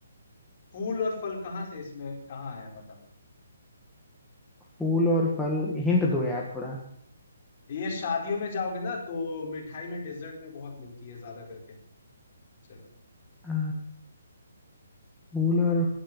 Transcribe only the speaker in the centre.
फूल और फल हिंट दो यार थोड़ा
अ, फूल और